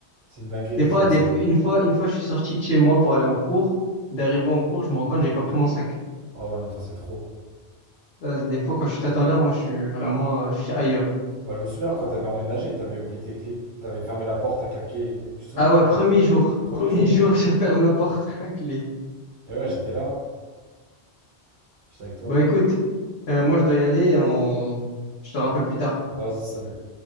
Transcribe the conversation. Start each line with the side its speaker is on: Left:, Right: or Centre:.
Right: c'est une dinguerie
Left: Des
Right: d'être
Left: fois,
Right: comme
Left: des,
Right: ça.
Left: f- une fois, une fois, je suis sorti de chez moi pour aller en cours. D'arriver en cours, je me rends compte que j'ai pas pris mon sac.
Right: Ah ouais, non, toi, c'est trop.
Left: Ça, c'est des fois, quand je suis à l'heure, moi, je suis vraiment, euh, je suis ailleurs.
Right: Bah, je me souviens quand t'avais emménagé, t'avais oublié tes clés, t'avais fermé la porte, t'as claqué, tu te souviens?
Left: Ah ouais, premier jour.
Right: Premier
Left: Premier
Right: jour.
Left: jour, <laughs> je ferme la porte <laughs> à clé.
Right: Et ouais, j'étais là, j'étais avec toi.
Left: Bon, écoute, euh, moi, je dois y aller. et On... Je te rappelle plus tard.
Right: Vas-y, salut.